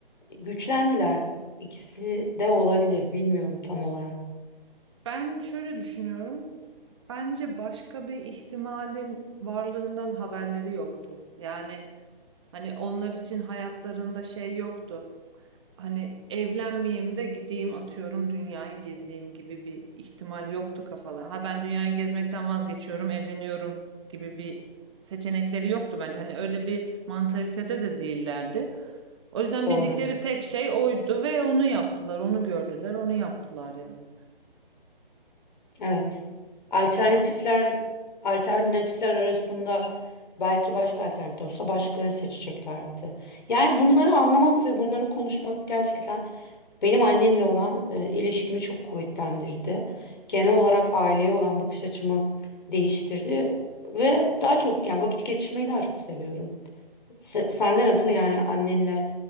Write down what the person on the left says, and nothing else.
güçlendiler. İkisi de olabilir, bilmiyorum tam olarak.
Doğru.
Evet. Alternatifler
alternatifler arasında belki başka alternatif olsa başka seçeceklerdi. Yani bunları anlamak ve bunları konuşmak gerçekten benim annemle olan e, ilişkimi çok kuvvetlendirdi. Genel olarak aileye olan bakış açımı değiştirdi ve daha çok yani vakit geçirmeyi daha çok seviyorum. Se sen de nasıl yani annenle